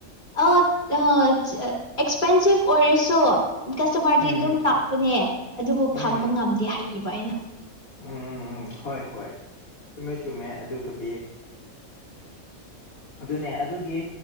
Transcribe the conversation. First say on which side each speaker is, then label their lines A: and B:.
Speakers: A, on the left; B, on the left.
A: ꯑꯣ ꯑꯥ ꯑꯦꯛꯁꯄꯦꯟꯁꯤꯞ ꯑꯣꯏꯔꯁꯨ ꯀꯁꯇꯃꯔꯗꯤ
B: ꯎꯝ
A: ꯑꯗꯨꯝ ꯂꯥꯛꯄꯅꯦ ꯑꯗꯨꯕꯨ
B: ꯎꯝ
A: ꯐꯪꯕ ꯉꯝꯗꯦ ꯍꯥꯏꯕꯤꯕ ꯑꯩꯅ
B: ꯎꯝ ꯍꯣꯏ ꯍꯣꯏ ꯆꯨꯝꯃꯦ ꯆꯨꯝꯃꯦ ꯑꯗꯨꯕꯨꯗꯤ ꯑꯗꯨꯅꯦ ꯑꯗꯨꯒꯤ